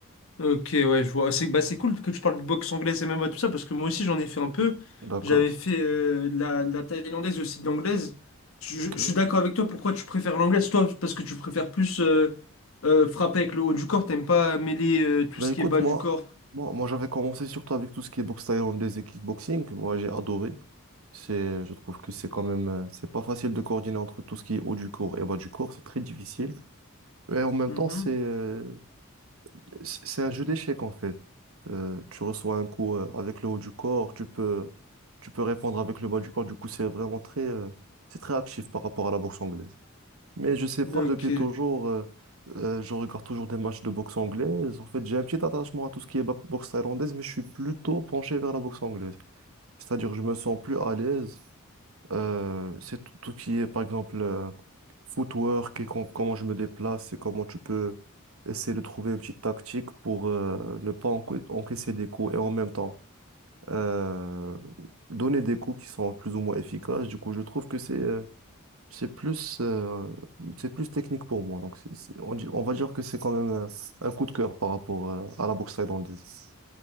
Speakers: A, on the left; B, on the right.
A: Ok, ouais, je vois. C'est bah, c'est cool que tu parles de boxe anglaise et même MMA, tout ça, parce que moi aussi j'en ai fait un peu.
B: D'accord.
A: J'avais fait euh, de la, de la thaïlandaise et aussi de l'anglaise. Je,
B: Ok.
A: je- je suis d'accord avec toi, pourquoi tu préfères l'anglaise? Toi, parce que tu préfères plus euh, euh, frapper avec le haut du corps, t'aimes pas mêler euh, tout
B: Ben
A: ce
B: écoute,
A: qui est bas
B: moi,
A: du corps.
B: moi, moi j'avais commencé surtout avec tout ce qui est boxe thaïlandaise et kickboxing. Moi, j'ai adoré. C'est, je trouve que c'est quand même, euh, c'est pas facile de coordonner entre tout ce qui est haut du cours et bas du cours, c'est très difficile. Et en même
A: Mhm.
B: temps, c'est euh, c- c'est un jeu d'échecs en fait. Euh, tu reçois un coup euh, avec le haut du corps, tu peux, tu peux répondre avec le bas du corps. Du coup, c'est vraiment très, euh, c'est très actif par rapport à la boxe anglaise. Mais je sais pas,
A: Ok.
B: depuis toujours, euh, euh, je regarde toujours des matchs de boxe anglaise. En fait, j'ai un petit attachement à tout ce qui est ba- boxe thaïlandaise, mais je suis plutôt penché vers la boxe anglaise. C'est-à-dire, je me sens plus à l'aise. Euh, c'est tout, tout ce qui est, par exemple, euh, footwork et com- comment je me déplace et comment tu peux essayer de trouver une petite tactique pour euh, ne pas enco- encaisser des coups et en même temps euh, donner des coups qui sont plus ou moins efficaces. Du coup, je trouve que c'est euh, c'est plus, euh, c'est plus technique pour moi. Donc, c'est- c'est- on, dit- on va dire que c'est quand même euh, un, coup de cœur par rapport euh, à la boxe thaïlandaise.